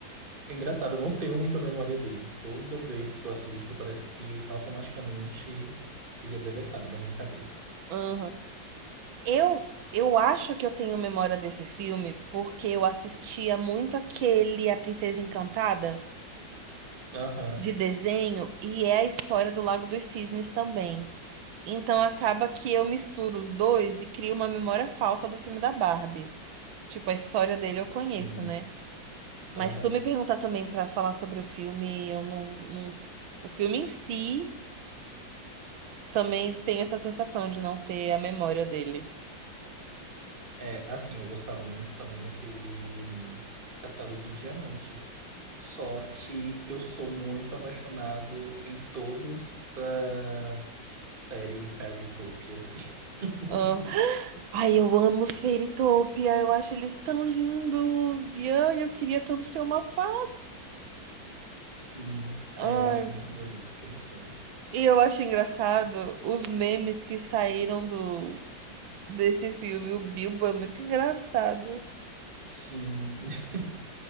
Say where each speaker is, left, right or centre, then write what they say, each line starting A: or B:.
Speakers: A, on the right; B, on the right.
A: É engraçado, eu não tenho muita memória dele. Toda vez que eu assisto, parece que automaticamente ele é deletado da minha cabeça.
B: Aham. Eu, eu acho que eu tenho memória desse filme porque eu assistia muito aquele A Princesa Encantada
A: Aham,
B: de desenho e é a história do Lago dos Cisnes também. Então acaba que eu misturo os dois e crio uma memória falsa do filme da Barbie. Tipo, a história dele eu conheço,
A: sim.
B: né? Mas
A: Aham.
B: se tu me perguntar também pra falar sobre o filme, eu não, não- O filme em si também tem essa sensação de não ter a memória dele.
A: É, assim, eu gostava muito também daquele Castelo de Diamantes. Só que eu sou muito apaixonado em todos da série Fairytopia. <laughs>
B: Ah, Ai, eu amo os Fairytopia, eu acho eles tão lindos. E ai, eu queria tanto ser uma fada.
A: Sim, ah,
B: Ai,
A: eu acho muito bonito aquele filme.
B: e eu acho engraçado os memes que saíram do desse filme. O Bilbo é muito engraçado.
A: Sim. <laughs>